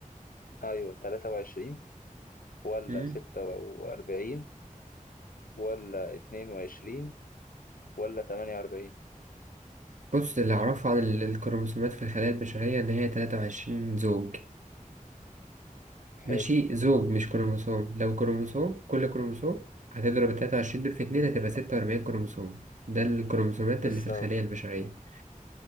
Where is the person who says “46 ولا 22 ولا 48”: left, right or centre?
Left